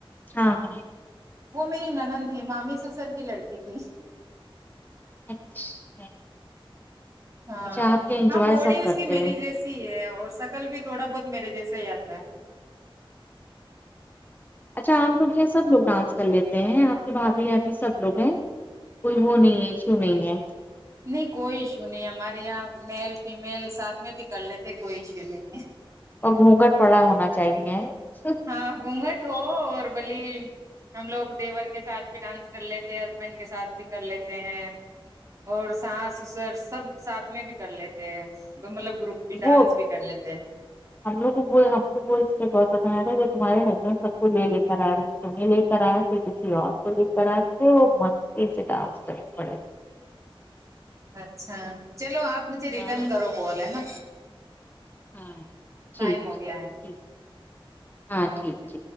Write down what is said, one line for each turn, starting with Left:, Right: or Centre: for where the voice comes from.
Left: ہاں ہاں
Right: وہ میری ننن تھی مامی سسر کی لڑکی تھی
Left: اچھا
Right: ہاں
Left: اچھا آپ کے انجوائے
Right: ہاں بوڈی
Left: سب
Right: اس
Left: کرتے
Right: کی میری
Left: ہیں
Right: جیسی تی ہے اور سکل بھی تھوڑا بہت میرے جیسے ہی اتاا ہے
Left: اچھا اپ لوگ جو ہیں سب لوگ ڈانس کر لیتے ہیں اپ کے بھابھی ابھی سب لوگ ہیں کوئی وہ نہیں ہے ایشو نہیں ہے
Right: نہیں کوئی ایشو نہیں ہمارے یہاں میل فیمیل ساتھ میں بھی کر لیتے کوئی ایشو نہیں ہے
Left: اور گھونگٹ پڑا ہونا چاہیے سرف
Right: ہاں گھونگٹ ہو اور بھلی ہم لوگ دیور کے ساتھ بھی ڈانس کر لیتے ہیں ہسبینڈ کے ساتھ بھی کر لیتے ہیں اور ساس سسر سب ساتھ میں بھی کر لیتے ہیں مطلب گروپ ڈانس
Left: وہ
Right: بھی کر لیتے ہیں
Left: ہم لوگ کو وہ ہم کو وہ اسے بہت پسند ا رہ ہے جو تمہارے ہسبینڈ سب کو لے لے کر ا رہے ہیں تمہیں لے کر ائے پھر کسی اور کو لے کر ائے خوب مستی سے ڈانس کرنے پڑے
Right: اچھا چلو اپ مجھے
Left: ہاں
Right: ریٹرن کرو پ رہ نا
Left: ہاں ٹھیک
Right: ٹائم ہو گیا ہے
Left: ٹھیک ہاں ٹھیک
Right: اوکے
Left: ٹھیک